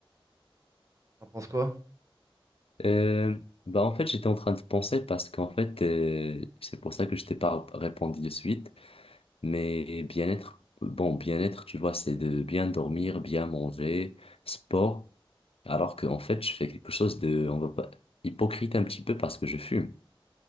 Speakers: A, on the right; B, on the left.
A: T'en penses quoi?
B: Euh, bah en fait, j'étais en train de penser parce qu'en fait, euh, c'est pour ça que je t'ai pas répondu de suite. Mais bien-être, bon, bien-être, tu vois, c'est de bien dormir, bien manger, sport. Alors qu'en fait, je fais quelque chose de, on va pas, hypocrite un petit peu parce que je fume.